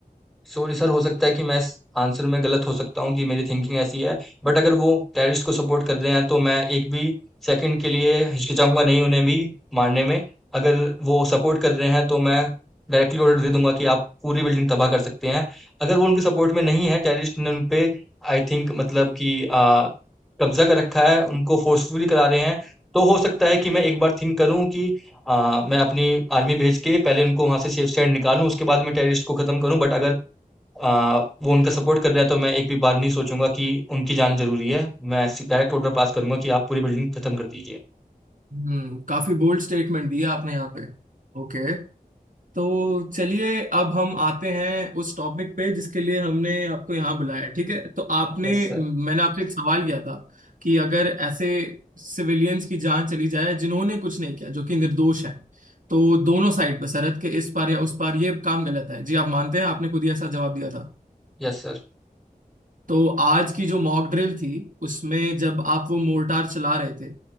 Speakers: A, in the centre; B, on the right (about 60°).
A: सॉरी सर, हो सकता है कि मैं इस आंसर में गलत हो सकता हूँ कि मेरी थिंकिंग ऐसी है, बट अगर वो टेररिस्ट को सपोर्ट कर रहे हैं तो मैं एक भी सेकंड के लिए हिचकिचाऊँगा नहीं उन्हें भी मारने में। अगर वो सपोर्ट कर रहे हैं तो मैं डायरेक्टली ऑर्डर दे दूँगा कि आप पूरी बिल्डिंग तबाह कर सकते हैं। अगर वो उनके सपोर्ट में नहीं है टेररिस्ट ने उन पे आई थिंक मतलब कि अ, कब्ज़ा कर रखा है, उनको फोर्सफुली करा रहे हैं, तो हो सकता है कि मैं एक बार थिंक करूँ कि अ, मैं अपनी आर्मी भेज के पहले उनको वहाँ से सेफ साइड निकालूँ उसके बाद मैं टेररिस्ट को खत्म करूँ। बट अगर आ, वो उनका सपोर्ट कर रहा है तो मैं एक भी बार नहीं सोचूंगा कि उनकी जान जरूरी है मैं डायरेक्ट ऑर्डर पास करूंगा कि आप पूरी बिल्डिंग खत्म कर दीजिए
B: हम्म काफी बोल्ड स्टेटमेंट दिया आपने यहाँ पे ओके तो चलिए अब हम आते हैं उस टॉपिक पे जिसके लिए हमने आपको यहाँ बुलाया है ठीक है तो आपने
A: Yes sir
B: मैंने आपसे एक सवाल किया था कि अगर ऐसे सिविलियंस की जान चली जाए जिन्होंने कुछ नहीं किया जो कि निर्दोष है तो दोनों साइड पर सरहद के इस पार या उस पार ये काम गलत है जी आप मानते हैं आपने खुद ही ऐसा जवाब दिया था
A: Yes sir
B: तो आज की जो मॉक ड्रिल थी उसमें जब आप वो मोर्टार चला रहे थे